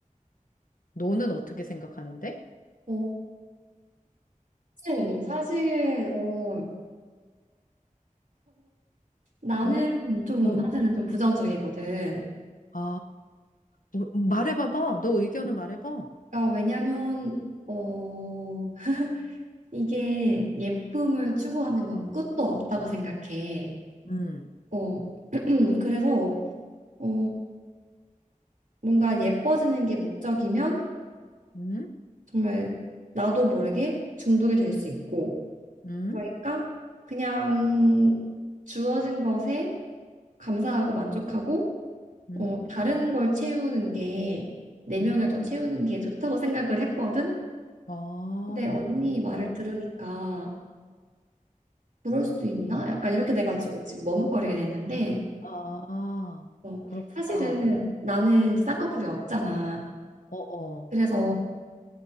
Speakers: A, on the left; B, on the right.
A: 너는 어떻게 생각하는데?
B: 어, 사실, 사실, 어, 나는
A: 왜?
B: 좀,
A: 어.
B: 사실은 좀 부정적이거든.
A: 아, 어, 음, 말해봐봐. 너 의견을 말해봐.
B: 어, 왜냐면, 어, 이게 예쁨을 추구하는 건 끝도 없다고 생각해.
A: 음,
B: 어, <clears throat> 그래서, 어, 뭔가 예뻐지는 게 목적이면
A: 음,
B: 정말 나도 모르게 중독이 될 수 있고,
A: 음,
B: 그러니까 그냥 주어진 것에 감사하고 만족하고,
A: 음,
B: 어, 다른 걸 채우는 게 내면을
A: 음.
B: 더 채우는 게 좋다고 생각을 했거든.
A: 아,
B: 근데 언니
A: 그렇군.
B: 말을 들으니까 그럴 수도 있나? 약간 이렇게 돼가지고 지금 머뭇거리게 됐는데
A: 아, 아,
B: 어,
A: 그렇구나.
B: 사실은 나는 이제 쌍꺼풀이 없잖아.
A: 어어.
B: 그래서